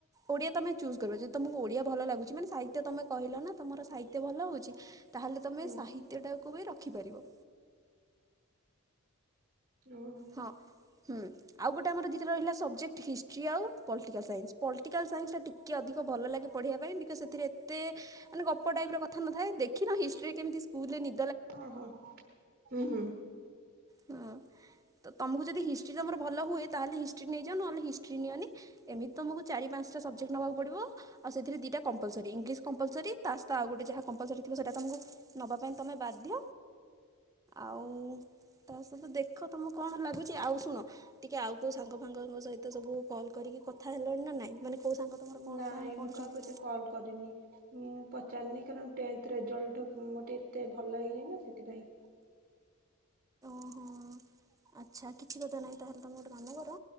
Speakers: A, on the right (about 15°); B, on the right (about 45°).
A: ଓଡିଆ ତୋମେ ଚୁଜା କରିବ, ଯଦି ତୋମକୁ ଓଡିଆ ଭଲ ଲାଗୁଚି ମାନେ ସାହିତ୍ଯ ତୋମେ କହିଲ ନା ତୋମର ସାହିତ୍ୟ ଭଲ ହଉଚି। ତାହେଲେ ତୋମେ
B: ହୁଁ
A: ସାହିତ୍ୟ ଟା କୁ ବି ରଖିପାରିବ।
B: ଓ ହୋ।
A: ହଁ ହୁଁ, ଆଉ ଗୋଟେ ଆମ ଦିଇଟା ରହିଲା ସବଜେକ୍ଟ ହିଷ୍ଟ୍ରି ଆଉ ପଲିଟିକାଲ ସାଇନ୍ସ, ପଲିଟିକାଲ ସାଇନ୍ସ ଟା ଟିକେ ଅଧିକ ଭଲ ଲାଗେ ପଢ଼ିବା ପାଇଁ ବିକଜ୍ ସେଥିରେ ଏତେ ମାନେ ଗପ ଟାଇପ୍ ର କଥା ନଥାଏ, ଦେଖିନ ହିଷ୍ଟ୍ରି କେମିତି ସ୍କୁଲରେ ନି
B: ଓ ହୋ ହୁଁ, ହୁଁ।
A: ହଁ ତ ତୋମକୁ ଯଦି ହିଷ୍ଟ୍ରି ତୋମର ଭଲ ହୁଏ, ତାହେଲେ ହିଷ୍ଟ୍ରି ନେଇଯାଅ, ନହେଲେ ହିଷ୍ଟ୍ରି ନିଅନି, ଏମିତି ତୋମକୁ ଚାରି ପାନ୍ସଟା ସବଜେକ୍ଟ ନେବାକୁ ପଡ଼ିବ, ଆଉ ସେଥିରେ ଦିଟା କମ୍ପଲସରି, ଇଂଲିଶ କମ୍ପଲସରି ତା ସହ ଆଉ ଗୋଟେ ଯାହା କମ୍ପଲସରି ଥିବ ସେଟା ତୋମକୁ ନବା ପାଇଁ ତୋମେ ବାଧ୍ୟ, ଆଉ ତା ସହିତ ଦେଖ ତୋମକୁ କଣ ଲାଗୁଚି, ଆଉ ଶୁଣ ଟିକେ ଆଉ କୋଉ ସାଙ୍ଗ ଫାଙ୍ଗଙ୍କ ସହିତ ସବୁ କଲ୍ କରିକି କଥା ହେଲଣି ନା ନାଇଁ? ମାନେ କୋଉ ସାଙ୍ଗ ତମର କଣ
B: ନାଇଁ
A: କଣ ପଢୁଛନ୍ତି
B: ମୁଁ କାହାକୁ ଏତେ କଲ୍ କରିନି ମୁଁ ପଚାରନି। କାରଣ ଟେନ୍ଥ ରେଜଲ୍ଟ ମୋର ଟିକେ ଏତେ ଭଲ ହେଇନି ନା ସେଥିପାଇଁ।
A: ଓହୋ, ଆଚ୍ଛା କିଛି କଥା ନାହିଁ, ତାହେଲେ ତୋମେ ଗୋଟେ କାମ କର